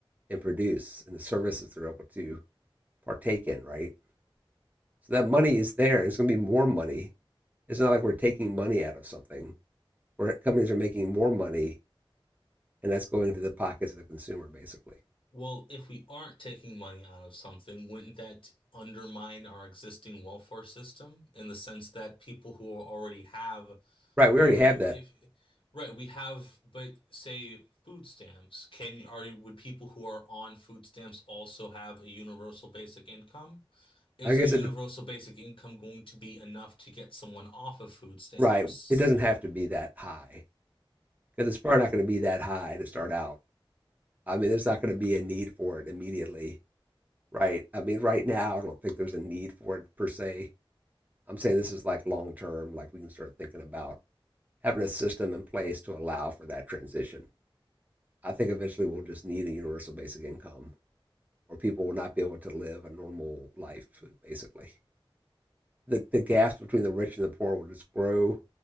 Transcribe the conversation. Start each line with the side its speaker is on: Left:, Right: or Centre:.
Right: and produce and the services they're able to partake in, right? So that money is there and it's going to be more money. It's not like we're taking money out of something where companies are making more money and that's going to the pockets of the consumer, basically.
Left: Well, if we aren't taking money out of something, wouldn't that undermine our existing welfare system in the sense that people who already have
Right: Right.
Left: those,
Right: We already have that.
Left: if, right, we have, but say food stamps, can, are, would people who are on food stamps also have a universal basic income? Is
Right: I guess
Left: the
Right: it.
Left: universal basic income going to be enough to get someone off of food stamps?
Right: Right. It doesn't have to be that high because it's probably not going to be that high to start out. I mean, there's not going to be a need for it immediately, right? I mean, right now, I don't think there's a need for it per se. I'm saying this is like long term, like we can start thinking about having a system in place to allow for that transition. I think eventually we'll just need a universal basic income, or people will not be able to live a normal life, basically. the, the gaps between the rich and the poor will just grow